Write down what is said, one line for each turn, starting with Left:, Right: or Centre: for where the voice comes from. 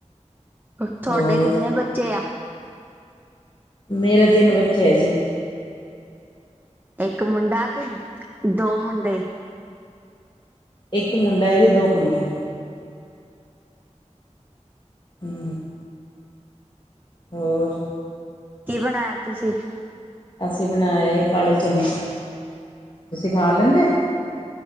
Right: ਤੁਹਾਡੇ
Left: ਹੋਰ
Right: ਕਿੰਨੇ ਬੱਚੇ ਆ
Left: ਮੇਰੇ ਤਿੰਨ ਬੱਚੇ ਆ ਜੀ
Right: ਇੱਕ ਮੁੰਡਾ ਕੇ ਦੋ ਮੁੰਡੇ
Left: ਇੱਕ ਮੁੰਡਾ ਹੈ ਜੇ ਦੋ ਕੁੜੀਆਂ ਹੂੰ ਹੋਰ?
Right: ਕੀ ਬਣਾਇਆ ਤੁਸੀਂ?
Left: ਅਸੀਂ ਬਣਾਏ, ਕਾਲੇ ਚਨੇ। ਤੁਸੀ ਖਾ ਲੇਂਦੇ?